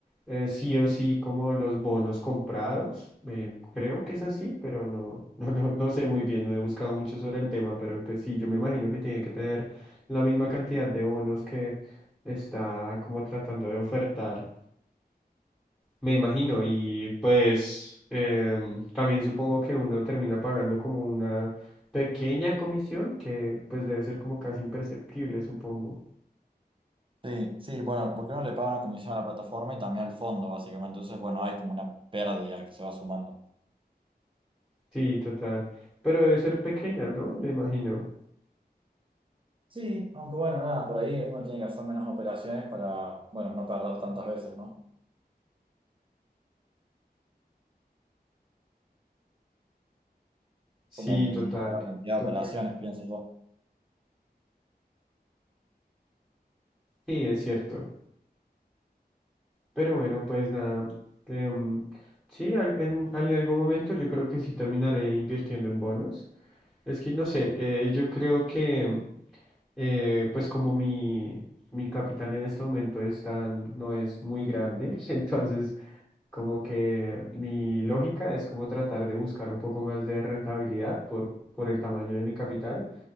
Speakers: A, in the centre; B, on the right.
A: eh, sí o sí como los bonos comprados. eh, creo que es así, pero no, <laughs> no, lo- no sé muy bien, no he buscado mucho sobre el tema, pero pues sí, yo me imagino que tiene que tener la misma cantidad de bonos que está como tratando de ofertar me imagino, y pues em, también supongo que uno termina pagando como una pequeña comisión que pues debe ser como casi imperceptible, supongo.
B: Sí, sí, bueno, porque uno le paga una comisión a la plataforma y también al fondo, básicamente. Entonces, bueno, hay como una pérdida que se va sumando.
A: Sí, total. Pero debe ser pequeña, ¿no? Me imagino.
B: Sí, aunque bueno, nada, por ahí uno tiene que hacer menos operaciones para, bueno, no perder tantas veces, ¿no?
A: Sí,
B: como minimizar
A: total.
B: la cantidad
A: Total
B: de operaciones,
A: que
B: pienso yo.
A: sí, es cierto. Pero bueno, pues nada. em, sí, al- en, en algún momento yo creo que sí terminaré invirtiendo en bonos. Es que no sé, eh, yo creo que eh, pues como mi, mi capital en este momento es tan, no es muy grande, <laughs> entonces como que mi lógica es como tratar de buscar un poco más de rentabilidad por, por el tamaño de mi capital,